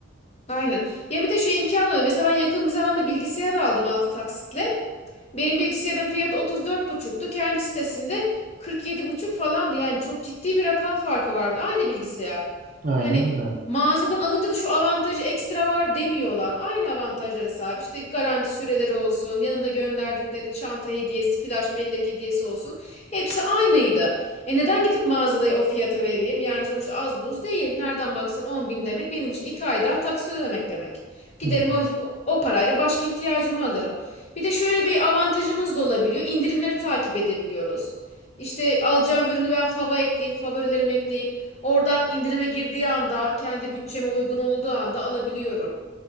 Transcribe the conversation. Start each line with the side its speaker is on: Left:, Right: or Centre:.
Left: Aynen. Ya bir de şu imkan oluyor. Mesela ben yakın bir zamanda bilgisayar aldım 6 taksitle. Benim bilgisayarın fiyatı otuz dört buçuktu, Kendi sitesinde 47,5 falandı. Yani çok ciddi bir rakam farkı vardı. Aynı bilgisayar.
Right: Aynen
Left: Hani
Right: öyle.
Left: mağazadan alınca da şu avantajı ekstra var demiyorlar. Aynı avantajlara sahip. İşte garanti süreleri olsun, yanında gönderdikleri çanta hediyesi, flash bellek hediyesi olsun. Hepsi aynıydı. E neden gidip mağazada o fiyata vereyim. Yani sonuçta az buz değil. Nereden baksan 10 bin demek benim için 2 ay daha taksit ödemek demek. Giderim
Right: Yani.
Left: o, o parayla başka ihtiyacımı alırım. Bir de şöyle bir avantajımız da olabiliyor. İndirimleri takip edebiliyoruz. İşte alacağım ürünü ben fava ekleyip favorilerimi ekleyip oradan indirime girdiği anda kendi bütçeme uygun olduğu anda alabiliyorum.